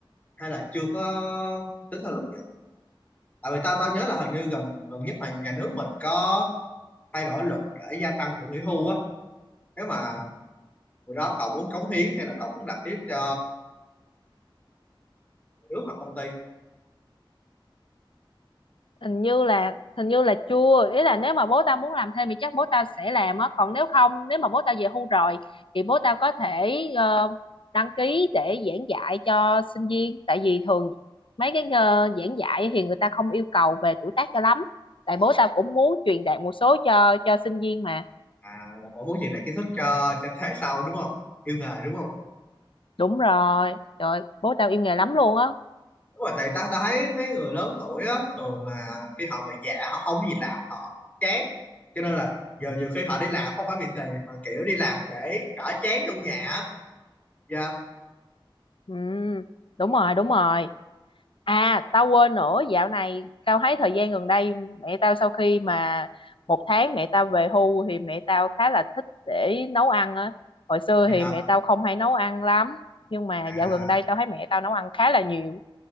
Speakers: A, on the left; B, on the left.
A: Hay là chưa có tính theo luật vậy? Tại vì tao tao nhớ là hình như gần gần nhất là nhà nước mình có thay đổi luật để gia tăng tuổi nghỉ hưu á nếu mà Rồi đó cậu muốn cống hiến hay là cậu muốn làm tiếp cho nước hoặc công ty
B: hình như là hình như là chưa ý là nếu mà bố tao muốn làm thêm thì chắc bố tao sẽ làm á còn nếu không nếu mà bố tao về hưu rồi thì bố tao có thể ờ, đăng ký để giảng dạy cho sinh viên tại vì thường mấy cái ờ, giảng dạy thì người ta không yêu cầu về tuổi tác cho lắm tại bố tao cũng muốn truyền đạt một số cho cho sinh viên mà
A: à là cậu muốn truyền lại kiến thức cho cho thế hệ sau đúng không yêu nghề đúng không
B: đúng rồi trời bố tao yêu nghề lắm luôn á
A: đúng rồi tại ta ta thấy mấy người lớn tuổi á thường là khi họ về già họ không có gì làm họ, họ chán cho nên là giờ nhiều khi họ đi làm không phải vì tiền mà kiểu đi làm để đỡ chán trong nhà á dạ
B: ừ, đúng rồi đúng rồi À, tao quên nữa, dạo này tao thấy thời gian gần đây mẹ tao sau khi mà một tháng mẹ tao về hưu thì mẹ tao khá là thích để nấu ăn á. Hồi xưa
A: thì
B: thì
A: hả
B: mẹ tao không hay nấu ăn lắm, nhưng mà
A: à
B: dạo gần đây tao thấy mẹ tao nấu ăn khá là nhiều.